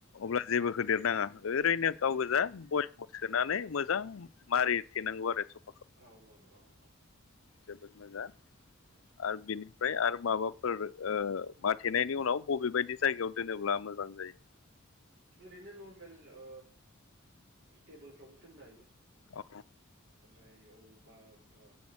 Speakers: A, on the left; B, on the right.
A: अब्ला जेबो होदेरनाङा ओ रैनो गाव गोजा
B: जि
A: बयेमाव सोनानै मोजां मारि थेनांगौ आरो स
B: औ औ औ औ
A: जोबोद मोजां
B: उम
A: आरो बिनि फ्राय आरो माबाफोर ओ माथेनायनि उनाव बबेबायदि जायगायाव दोनोब्ला मोजां जायो
B: आरैनो नर्मेल ओ टेबोलफ्रावबो दोननो हायो
A: औ
B: ओमफ्राय औ बा ओ